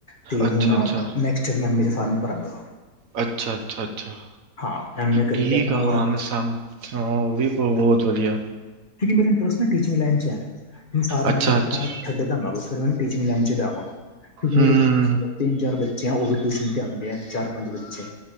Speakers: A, on the left (about 35°); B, on the right (about 65°).
A: ਤੇ
B: ਅੱਛਾ,
A: ਹੁਣ
B: ਅੱਛਾ,
A: ਨੈਕਸਟ ਚ ਮੈਂ ਮੇਰੇ ਫਾਰਮ ਭਰਾਂ ਗਾ
B: ਅੱਛਾ ਅੱਛਾ ਅੱਛਾ
A: ਹਾਂ ਐਮ ਏ ਕਰਕੇ
B: ਠੀਕ
A: ਆਪਣਾ
B: ਆ
A: ਵ
B: ਹਾਂ ਮੈਂ ਸਮ ਹਾਂ ਵੀ ਉਹ ਬਹੁਤ ਵਧੀਆ
A: ਤੁ ਮੇ ਇੰਟਰਸਟ ਵੀ ਟੀਚਿੰਗ ਲਈਨ ਚ ਫਾਰਮਾਂ
B: ਅੱਛਾ,
A: ਛੱਡ
B: ਅੱਛਾ
A: ਦਗਾ ਬ ਮੈਨੂੰ ਟੀਚਿੰਗ ਲਾਈਨ ਚ ਜਾਵਾਂਗਾ ਕਿਉਂਕਿ
B: ਹੂੰ
A: ਮੇਰੇ ਤਿੰਨ ਚਾਰ ਬੱਚੇ ਆ ਉਹ ਵੀ ਟਿਊਸ਼ਨ ਤੇ ਆਉਂਦੇ ਆ ਚਾਰ ਪੰਜ ਬੱਚੇ